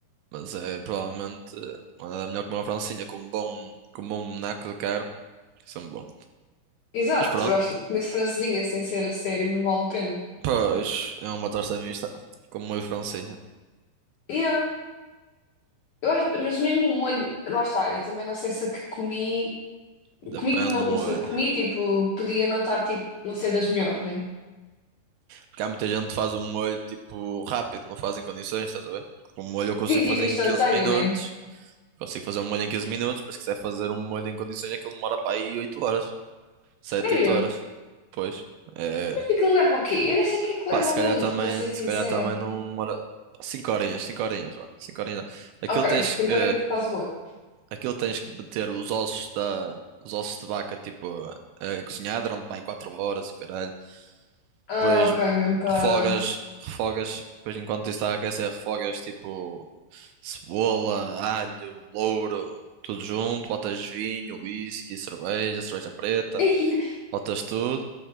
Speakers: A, on the right (about 80°); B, on the left (about 60°).
A: mas é provavelmente eh, não há nada melhor que uma francinha com um bom, com um bom naco de carne. Que são bom.
B: Exato,
A: Mas pronto,
B: eu acho que comer francesinha sem ser a sério não vale a pena.
A: pois é uma tosta mista com molho francinha.
B: Yeah. Eu acho, mas mesmo o molho, lá está, eu também não sei se a que comi,
A: Depende
B: comi que não,
A: do molho.
B: não sei, eu comi, tipo, podia não estar, tipo, não ser das melhores, né?
A: Porque há muita gente que faz o molho tipo rápido, que não faz em condições, estás a ver? Com o molho eu consigo
B: Sim, tipo,
A: fazer
B: instantâneo,
A: em 15 minutos.
B: né?
A: Consigo fazer um molho em 15 minutos, mas se quiser fazer um molho em condições, aquilo demora para aí 8 horas. sete
B: Sério?
A: 8 horas. Pois. É...
B: Mas o que leva o quê? Eu nem sei o que é que
A: Pá,
B: leva
A: se
B: ao
A: calhar
B: molho,
A: também,
B: para ser sincera.
A: se calhar também não demora. cinco horinhas, 5 horinhas, vá. 5 horinhas. dá. Aquilo
B: Ok,
A: tens
B: tem
A: que.
B: carinho que faz molho.
A: Aquilo tens que meter os ossos da. Os ossos de vaca, tipo, a, a cozinhar durante pá, 4 horas, e caralho. Depois
B: Ah, ok, mesmo para...
A: refogas, refogas. Depois enquanto isso está a aquecer, refogas tipo Cebola, alho, louro, tudo junto. Botas vinho, whisky, cerveja, cerveja preta.
B: <laughs> Ih,
A: Botas tudo.